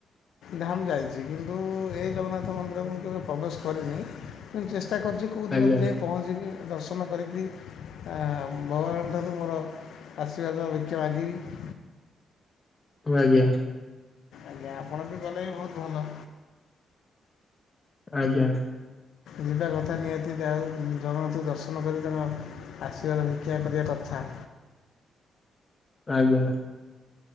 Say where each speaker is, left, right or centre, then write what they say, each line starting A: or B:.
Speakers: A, on the left; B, on the left.
A: ଧାମ୍ ଯାଇଛି କିନ୍ତୁ ଏଇ ଜଗନ୍ନାଥ ମନ୍ଦିର କୁ ମୁଁ କେବେ ପ୍ରବେଶ କରିନି ମୁ ଚେଷ୍ଟା କରୁଛି କଉଦିନ
B: ଆଜ୍ଞା
A: ପିଲେ ପହଞ୍ଚିକି ଦର୍ଶନ କରିକିରି ଆ - ଭଗବାନ ଠାରୁ ମୋର ଆଶୀର୍ବାଦ ତବାଜିିବି
B: ବ ଆଜ୍ଞା
A: ଆଜ୍ଞା ଆପଣ ବି ଗଲେ ବି ବହୁତ ଭଲ
B: ଆଜ୍ଞା
A: ଯିବା କଥା ନିହାତିଉ ଜଗନ୍ନାଥଙ୍କୁ ଦର୍ଶନ କରି ତାଙ୍କ ଆଶୀର୍ବାଦ ଭିକ୍ଷା କରିବା କଥା
B: ଆଜ୍ଞା